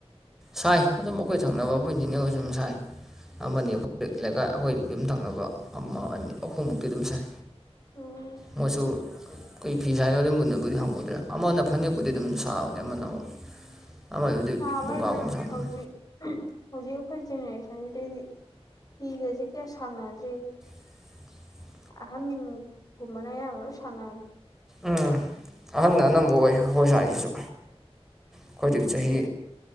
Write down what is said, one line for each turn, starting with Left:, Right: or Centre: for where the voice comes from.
Centre: ꯁꯥꯏ ꯑꯗꯨꯝ ꯑꯩꯈꯣꯏ ꯊꯪꯅꯕ ꯑꯩꯈꯣꯏ ꯅꯤꯅꯦ ꯍꯣꯏꯖꯨ ꯎꯝ ꯁꯥꯏ ꯑꯃꯥꯅꯤ ꯑꯩꯈꯣꯏ ꯂꯩꯀꯥꯏ ꯑꯩꯈꯣꯏ ꯌꯨꯝ ꯊꯪꯅꯕ ꯑꯃꯥ ꯑꯅꯤ ꯑꯍꯨꯝꯃꯨꯛꯇꯤ ꯑꯗꯨꯝ ꯁꯥꯏ
Left: ꯎꯝ
Centre: ꯃꯣꯏꯁꯨ ꯀꯣꯏ ꯐꯤ ꯁꯥꯏꯅꫭꯗꯤ ꯃꯨꯟꯅꯕꯨꯗꯤ ꯍꯪꯉꯨꯗ꯭ꯔꯦ꯫ ꯑꯃꯅ ꯐꯅꯦꯛꯄꯨꯗꯤ ꯑꯗꯨꯝ ꯁꯥꯕꯅꯦ ꯑꯃꯅ ꯑꯃꯨꯛ ꯑꯃꯗꯨꯗꯤ
Left: ꯑꯉꯥꯡꯁꯤꯡꯁꯦ
Centre: ꯃꯨꯒꯥꯒꯨꯝꯕ ꯁꯥꯕꯅꯦ
Left: ꯍꯧꯖꯤꯛ ꯍꯧꯖꯤꯛ ꯑꯩꯈꯣꯏ ꯖꯦꯅꯦꯔꯦꯁꯟꯁꯤꯗꯩꯗꯤ ꯐꯤꯒꯁꯤ ꯀꯌꯥ ꯁꯥꯟꯅꯗ꯭ꯔꯦꯅꯦ
Centre: <inaudible>
Left: ꯑꯍꯥꯟ ꯒꯨꯝꯕꯅ ꯑꯌꯥꯝꯕ ꯂꯣꯏ ꯁꯥꯟꯅꯔꯦ
Centre: ꯎꯝ ꯑꯍꯥꯟꯅ ꯑꯅꯝꯕ ꯑꯣꯏ ꯑꯩꯈꯣꯏ ꯁ꯭ꯋꯥꯏꯁꯤꯁꯨ ꯑꯩꯈꯣꯏꯗꯒꯤ ꯆꯍꯤ